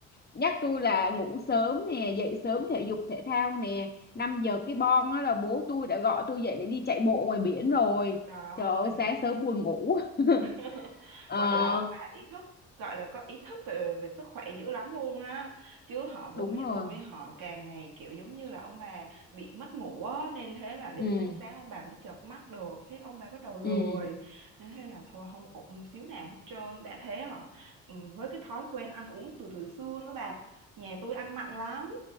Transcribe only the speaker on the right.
Trời
ơi.
<laughs>
Vậy là ông bà ý thức gọi là có ý thức về về sức khỏe dữ lắm luôn á chứ họ bố
mẹ
tôi họ càng ngày kiểu giống như là ông bà bị mất ngủ á nên thế là đến
sáng sáng ông bà mới chợp mắt được thế ông bà bắt đầu lười
nên thế là thôi không ổn một xíu nào hết trơn đã thế họ ừ, với cái thói quen ăn uống từ thời xưa nữa bà nhà tôi ăn mặn lắm